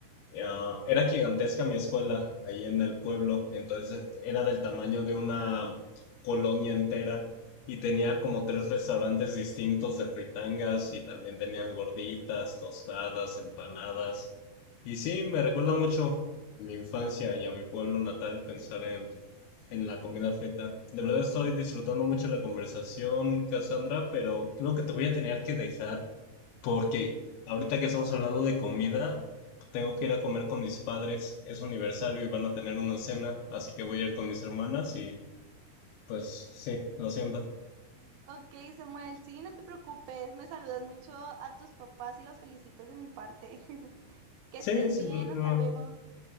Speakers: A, on the left; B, on the right.
A: Ah, era gigantesca mi escuela ahí en el pueblo, entonces era del tamaño de una colonia entera y tenía como tres restaurantes distintos de fritangas y también tenían gorditas, tostadas, empanadas. Y sí, me recuerda mucho a mi infancia y a mi pueblo natal pensar en en la comida feta. De verdad estoy disfrutando mucho la conversación, Cassandra, pero creo que te voy a tener que dejar porque ahorita que estamos hablando de comida, tengo que ir a comer con mis padres. Es su aniversario y van a tener una cena, así que voy a ir con mis hermanas y pues sí, lo siento.
B: Ok, Samuel, sí, no te preocupes, me saludas mucho a tus papás y los felicitas de mi parte. <laughs> Que
A: Sí,
B: estés
A: sin
B: bien,
A: problema.
B: hasta luego.